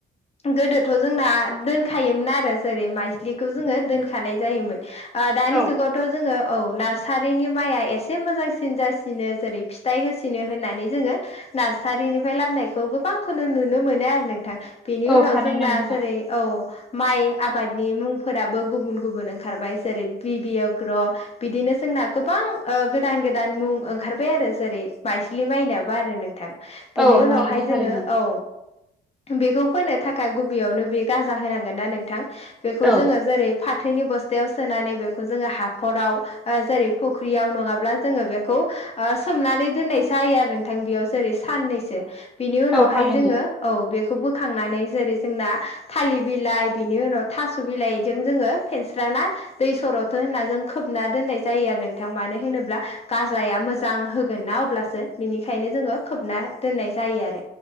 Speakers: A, on the left; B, in the centre.
A: गोदोथ' जोंना दोनखायोमोन आरो जेरै माइस्लिखौ जोङो दोनखानाय जायोमोन दानि
B: औ
A: जुगाव थ' जोङो औ नार्सारिनि माइया एसे मोजांसिन जासिनो जेरै फिथाइ होसिनो होननानै जोङो नार्सारिनिफ्राय लामनायखौ गोबांखौनो नुनो मोनो आरो नोंथां बेनि
B: औ
A: उनाव
B: थारैनो
A: जोंना
B: नोंथां
A: जेरै औ माइ आबादनि मुंफोराबो गुबुन गुबुन ओंखारबाय जेरै बिबि अग्र बिदिनो जोंना गोबां गोदान गोदान मुं ओंखारबाय आरो जेरै माइस्लि माइनाबो आरो नोंथां बिनिवनाव
B: औ नंगौ
A: हाय
B: थारैनो
A: औ बेखौ फोननो थाखाय गुबैयावनो बे गाजा होनांगोन ना नों बेखौ
B: औ
A: जोङो जेरै फाथोनि बस्थायाव सोनानै बेखौ जोङो हाखराव जेरै फुख्रियाव नङाब्ला जोङो बेखौ सोमनानै दोननायसायो आरो नोंथां बेयाव जेरै साननैसो बिनि उनावहाय
B: औ थारैनो
A: जोङो औ बेखौ बोखांनानै जेरै जोंना थालिर बिलाइ बिनि उनाव थास' बिलाइजों जोङो फेनस्राना दै सरावथ' होनना जों खोबना दोननाय जायो आरो नोंथां मानो होनोब्ला गाजाया मोजां होगोन ना अब्लासो बिनिखायनो जोङो खोबना दोननाय जायो आरो